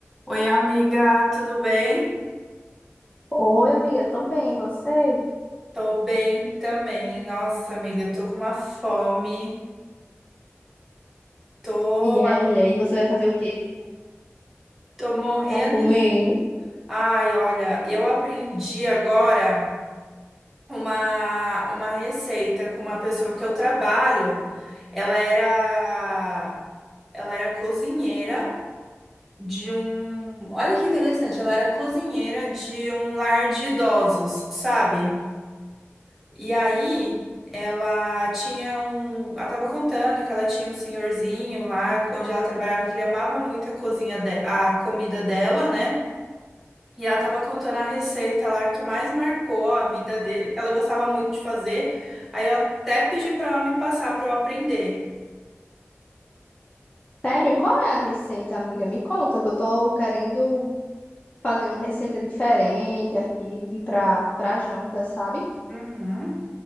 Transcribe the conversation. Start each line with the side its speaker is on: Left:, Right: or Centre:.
Centre: Oi, amiga, tudo bem?
Left: Oi, amiga, tô bem, e você?
Centre: Tô bem também. Nossa, amiga, eu tô com uma fome. Tô,
Left: E é, mulher, e você vai fazer o quê?
Centre: tô morrendo
Left: Pra comer,
Centre: de.
Left: hein?
Centre: Ai, olha, eu aprendi agora uma, uma receita com uma pessoa que eu trabalho. Ela era, ela era cozinheira de um. Olha que interessante, ela era cozinheira de um lar de idosos, sabe? E aí, ela tinha um. Ela tava contando que ela tinha um senhorzinho lá, onde ela trabalhava, que ele amava muito a cozinha de... a comida dela, né? E ela tava contando a receita lá que mais marcou a vida dele, que ela gostava muito de fazer. Aí eu até pedi pra ela me passar pra eu aprender.
Left: Sério, e qual é a receita, amiga? Me conta, que eu tô querendo fazer uma receita diferente aqui pra, pra janta, sabe?
Centre: Uhum.